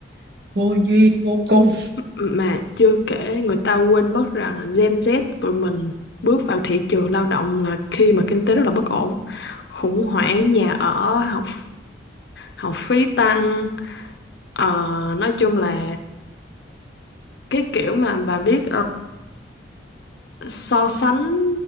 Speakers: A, on the right; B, on the left.
A: vô duyên vô cùng
B: Mà chưa kể người ta quên mất rằng là Gen Z tụi mình bước vào thị trường lao động là khi mà kinh tế rất là bất ổn, khủng hoảng nhà ở, học học phí tăng, Ờ, nói chung là cái kiểu mà bà biết so sánh